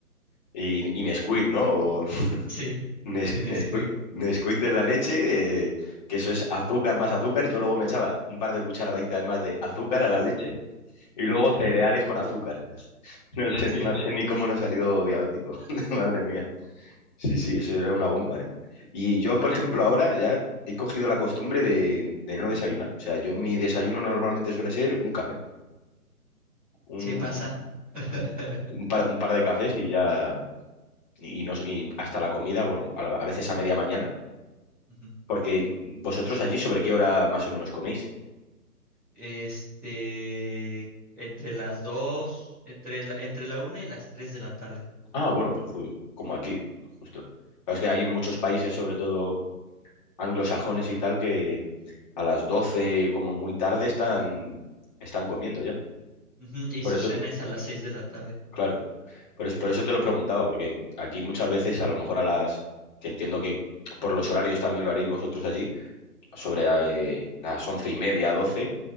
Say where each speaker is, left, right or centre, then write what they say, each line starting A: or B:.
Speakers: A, on the left; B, in the centre.
A: Y, y Nesquik, ¿no? O <laughs>
B: Sí,
A: Nes-
B: y Nesquik,
A: Nesquik, Nesquik de la leche, eh, que eso es azúcar más azúcar, y yo luego me echaba un par de cucharaditas más de azúcar a la leche y luego cereales con azúcar. No sé,
B: sí,
A: no sé ni cómo no he salido diabético, <laughs> madre mía. Sí, sí, eso era una bomba, ¿eh? Y yo,
B: pues,
A: por ejemplo, ahora ya he cogido la costumbre de, de no desayunar. O sea, yo mi desayuno normalmente suele ser un café, un,
B: sí pasa. <laughs>
A: un- un par, un par de cafés y ya, y, no, y hasta la comida, bueno, a, la- a veces a media mañana,
B: Ujú.
A: porque vosotros allí, ¿sobre qué hora más o menos coméis?
B: Este, entre las dos, entre la, entre la una y las tres de la tarde.
A: Ah, bueno, pues ju- como aquí, justo. Claro, es que hay muchos países, sobre todo anglosajones y tal, que a las 12 como muy tarde, están, están comiendo ya.
B: Ujú, Y
A: Por
B: su
A: eso,
B: cena es a las seis de la tarde.
A: claro. Por eso, por eso te lo preguntaba, porque aquí muchas veces, a lo mejor a las que entiendo que por los horarios también lo haréis vosotros allí, sobre eh, las once y media, doce,